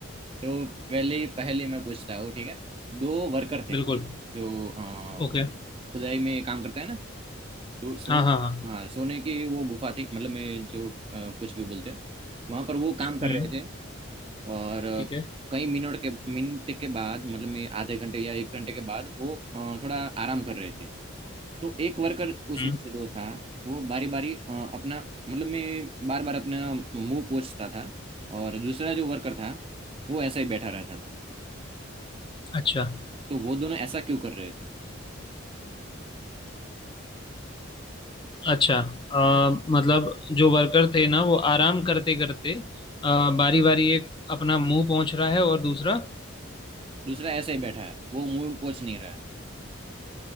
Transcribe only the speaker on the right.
तो पहली पहेली मैं पूछता हूँ ठीक है दो वर्कर थे
जो अ,
खुदाई में काम करते हैं ना तो सोन
हाँ सोने की वो गुफा थी मतलब मैं जो अ, कुछ भी बोलते हैं वहां पर वो काम कर
रहे थे और अ,
कई मिनट के मिनट के बाद मतलब मैं आधे घंटे या एक घंटे के बाद वो अ, थोड़ा आराम कर रहे थे तो एक वर्कर उसमें
से जो था वो बारी बारी अपना मतलब मैं बार बार अपना मुंह पोंछता था और दूसरा जो वर्कर था वो ऐसा ही बैठा रहता था
तो वो दोनों ऐसा क्यों कर रहे थे
दूसरा ऐसा ही बैठा है वो मुंह पोंछ नहीं रहा है